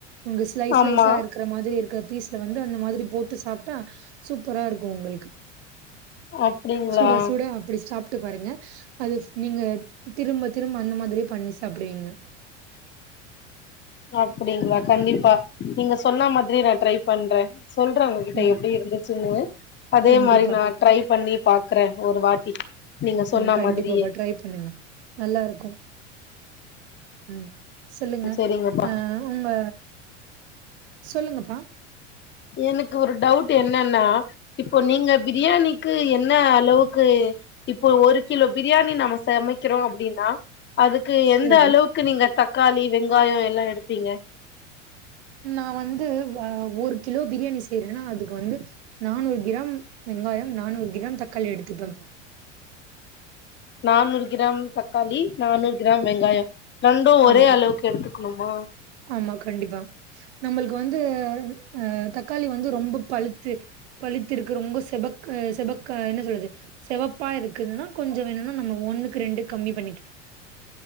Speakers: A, on the right; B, on the left.
A: உங்க ஸ்லைஸ்
B: ஆமா
A: ஸ்லைஸா இருக் கிற மாரி இருக்க பீஸ்ல வந்து அந்த மாதிரி போட்டு சாப்ட்டா சூப்பரா இருக்கு உங்களுக்கு
B: அப்டிங்களா
A: சுட சுட அப்டி சாப்ட் ட்டு பாருங்க அது நீங்க திரும்ப திரும்ப அந்த மாரியே பண்ணி சாப்புடுவீங்க
B: அப்பிடிங்களா கண்டிப்பா நீங்க சொன்ன மாதிரி நா ட்ரை பண்ற சொல்ற உங் கிட்ட
A: ம்.
B: எப்பிடி இருந்துச்சுன்னு அதே
A: கண்டிப்பா.
B: மாரி நா ட்ரை பண்ணி பாக்குற ஒரு வாட்டி நீங்க சொன்ன
A: ம் கண்டிப்பாப்பா
B: மாதிரியே
A: ட்ரை பண்ணுங்க நல்லா இருக்கு ம் சொல்லுங்க
B: சேரிங்கப்பா
A: அ உங்க சொல்லுங்கப்பா
B: எனக்கு ஒரு டவுட்டு என்னென்னா இப்போ நீங்க பிரியாணிக்கு என்ன அளவுக்கு இப்போ ஒரு கிலோ பிரியாணி நம்ம சமக்கிறோ அப்டின்னா அதுக்கு
A: சரி.
B: எந்த அளவுக்கு நீங்க தக்காளி வெங்காயோ எல்லா எடுப்பீங்க
A: நா வந்து வ ஒரு கிலோ பிரியாணி செய்றேனா அதுக்கு வந்து நானூறு கிராம் வெங்காயம் நானூறு கிராம் தக்காளி எடுத்துப்பே
B: நானூறு கிராம் தக்காளி நானூறு கிராம் வெங்காயோ ரெண்டு ஒரே
A: ஆமா,
B: அளவுக்கு எடுத்துக்குணுமா
A: ஆமா கண்டிப்பா நம்மளுக்கு வந்து அ தக்காளி வந்து ரொம்ப பழுத்து பழுத்திருக்கு ரொம்ப செபக் செபக்கா என்ன சொல்றது செவப்பா இருக்குதுனா கொஞ்சோ வேணுனா நம்ம ஒன்னுக்கு ரெண்டு கம்மி பண்ணிக்கலா